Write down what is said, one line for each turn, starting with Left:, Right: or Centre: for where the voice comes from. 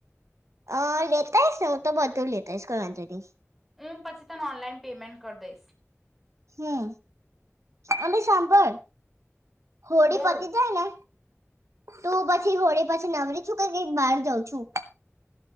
Right: અ લેતાઈશ ન તો બધું લેતાઈશ કો વાંધો નહી.
Centre: હું પછી તને ઓનલાઈન પેમેન્ટ કરી દઈશ.
Right: હમ અને સાંભળ હોડી
Centre: બોલ
Right: પતી જાય ને તું પછી હોળે પછી નવરી છું કે કઈ બહાર જઉં છું?